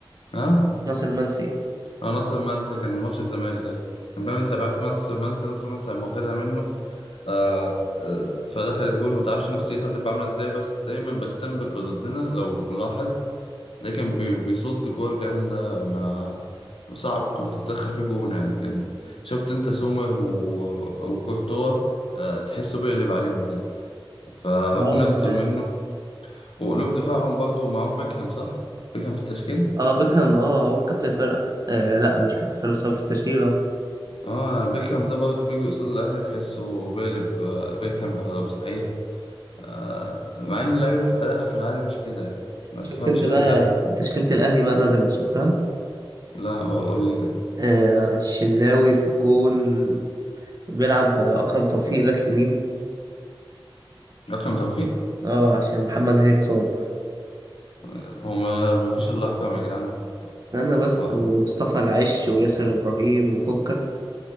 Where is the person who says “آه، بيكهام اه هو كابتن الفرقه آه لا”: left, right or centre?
Right